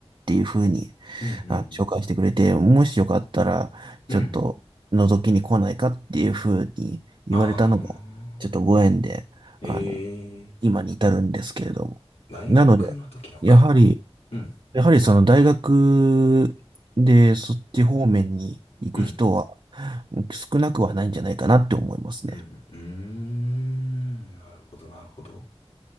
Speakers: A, on the right; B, on the left.
A: ていうふうに、
B: うんうん
A: あの、紹介してくれて、もしよかったら、ちょっと、
B: うんうん
A: 覗きに来ないかっていうふうに言われたのが、
B: ああ
A: ちょっとご縁で、
B: ー、
A: あの、
B: ええー、
A: 今に至るんですけれども。
B: 大学の時のか。
A: なので、やはり、
B: うん
A: やはりその大学でそっち方面に行く人は
B: うん。
A: 少なくはないんじゃないかなって思いますね。
B: うん、うーんなるほど、なるほど。